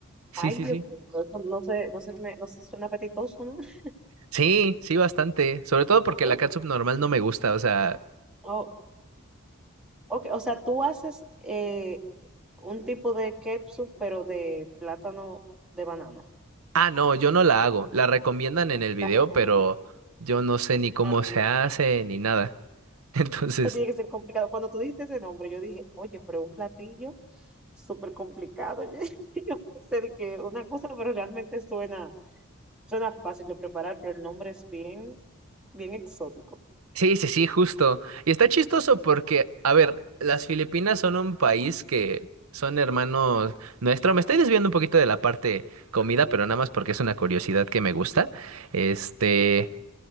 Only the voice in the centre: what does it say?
Ay,
Dios
mío, eso no se, no se me, no se suena apetitoso, ¿no? <laughs>
¿Eh?
Oh, ok, o sea, tú haces eh, un tipo de ketchup, pero de plátano de banano.
La recomiendo.
Ah, tú
no-
eso tiene que ser complicado. Cuando tú dijiste ese nombre, yo dije, oye, pero un platillo súper complicado. <laughs> sé de que una cosa, pero realmente suena, suena fácil de preparar, pero el nombre es bien, bien exótico.
Sí,